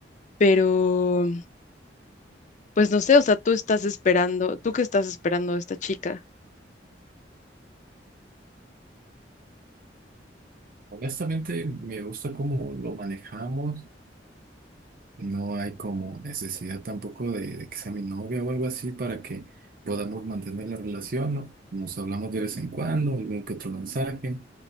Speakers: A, on the left; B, on the right.
A: Pero, pues no sé, o sea, tú estás esperando, ¿tú qué estás esperando de esta chica?
B: Honestamente, me gusta cómo lo manejamos, no hay como necesidad tampoco de, de que sea mi novia o algo así para que podamos mantener la relación, ¿no? Nos hablamos de vez en cuando, algún que otro mensaje,